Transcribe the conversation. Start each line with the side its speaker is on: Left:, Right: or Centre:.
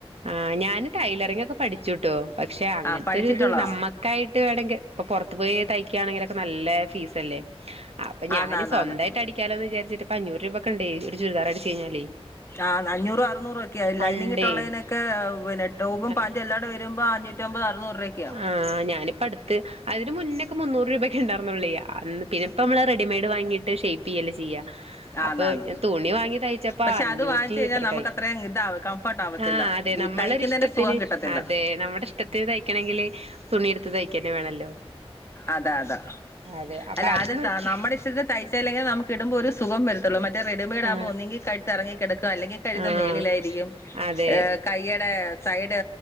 Right: ആഹ് ഞാന് ടൈലറിങ്ങോക്കെ പഠിച്ചുട്ടോ പക്ഷെ അങ്ങനത്തെ
Left: ആ പഠിച്ചിട്ടുള്ളതാ
Right: ഒരിത് നമ്മക്കായിട്ട് വേണങ്കിൽ ഇപ്പൊ പുറത്ത് പോയി തയ്ക്കാണെങ്കിലൊക്കെ നല്ല ഫീസല്ലേ അപ്പൊ ഞാന്
Left: ആന്ന് ആന്ന്
Right: സ്വന്തായി
Left: ആന്ന്
Right: ട്ടടിക്കാലോന്ന് വിചാരിച്ചിട്ടിപ്പം ഇപ്പഞ്ഞുറു രൂപക്കണ്ടേ ഒരു ചുരിദാറടിച്ച് കഴിഞ്ഞാലേ
Left: ആഹ് അഞ്ഞൂറും അറുന്നൂറൊക്കെയാ
Right: പണ്ടേ
Left: ലൈനിങ് ഇട്ടുള്ളതിനൊക്കെ പിന്നെ ടോപ്പും
Right: നല്ല
Left: പാന്റും എല്ലാടെ വരുമ്പോ അഞ്ഞൂറ്റി ഒമ്പത് അറന്നൂ രൂപയ്ക്കോയാ
Right: ആഹ് ഞാനിപ്പടുത്ത് അതിന് മുന്നേക്കെ മൂന്നൂറു രൂപൊക്കെണ്ടാർന്നുള്ളെ അന്ന് പിന്നെപ്പോ മ്മള് റെഡിമെയ്ഡ് വാങ്ങിട്ട് ഷേയ്പ്പ് പ്പെയ്യല്ലെ ചെയ്യാ അപ്പൊ
Left: ആന്നാന്ന്
Right: തുണി വാങ്ങി തയ്ച്ചപ്പാ
Left: പക്ഷെ
Right: അഞ്ഞൂറ്റി
Left: അത് വാങ്ങിച്ച് കഴിഞ്ഞാൽ
Right: എത്രക്കെയി
Left: നമുക്ക് അത്രയും ഇതാവ കംഫർട്ട് ആവത്തില്ല
Right: ആഹ് അതെ
Left: ഈ
Right: നമ്മളൊരു
Left: തയ്ക്കുന്നതിന്റെ
Right: ഇഷ്ടത്തിന്
Left: സുഖം കിട്ടത്തില്ല
Right: അതെ നമ്മുടെ ഇഷ്ടത്തി ത്തിന് തയ്ക്കണെങ്കില് തുണി എടുത്ത് തയ്ക്കന്നേ വേണല്ലോ
Left: അതാ അതാ
Right: അതെ അപ്പൊ
Left: അല്ല അത്
Right: നോക്കി
Left: ത നമ്മുടെ ഇഷ്ടത്തിന് തയ്ച്ചല്ലെങ്കിൽ നമുക്ക് ഇടുമ്പോൾ ഒരു സുഖം വര ത്തുള്ളു മറ്റേ റെഡിമെയ്ഡാകുമ്പോ
Right: ആഹ്
Left: ഒന്നെങ്കിൽ കഴുത്ത് ഇറങ്ങി കിടക്കാ അല്ലെങ്കിൽ കഴുത്ത്
Right: ആഹ്
Left: മേളിലായിരിക്കും
Right: അതെ
Left: ഏഹ് കയ്യടെ സൈഡ്